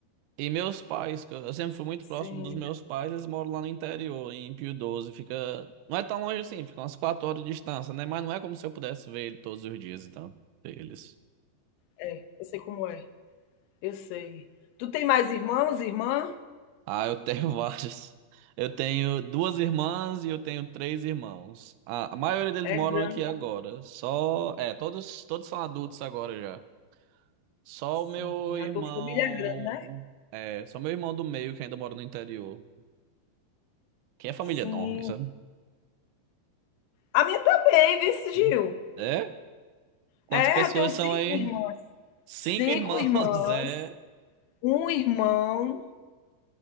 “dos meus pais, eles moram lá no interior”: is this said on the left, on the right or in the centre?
Right